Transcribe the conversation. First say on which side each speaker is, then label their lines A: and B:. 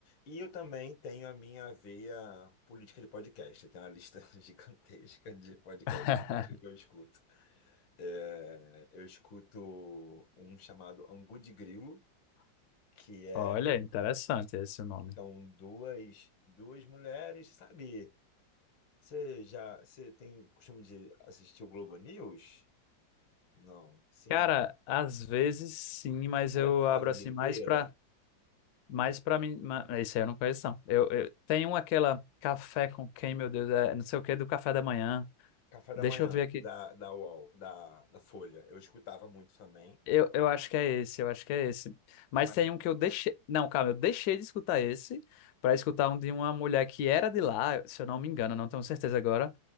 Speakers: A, on the left; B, on the left.
A: E eu também tenho a minha veia política de podcast. Eu tenho uma lista <laughs> gigantesca de podcasts
B: <laughs>
A: que eu escuto. É, eu escuto um chamado Angu de Grilo, que é,
B: Olha, interessante esse nome.
A: são duas, duas mulheres, sabe? Você já, você tem costume de assistir o Globo News? Não, sim.
B: Cara, às vezes sim, mas
A: Olha,
B: eu
A: Flávio
B: abro assim
A: Oliveira,
B: mais pra, mais pra mim. ma- Esse aí eu não conheço, não. Eu, eu tenho aquela café com quem, meu Deus, é não sei o que, do café da manhã.
A: Café da
B: Deixa
A: Manhã,
B: eu ver aqui.
A: da, da UOL, da, da Folha. Eu escutava muito também.
B: Eu, eu acho que é esse, eu acho que é esse. Mas
A: Mas
B: tem um que eu deixei. Não, calma, eu deixei de escutar esse pra escutar um de uma mulher que era de lá, se eu não me engano, não tenho certeza agora.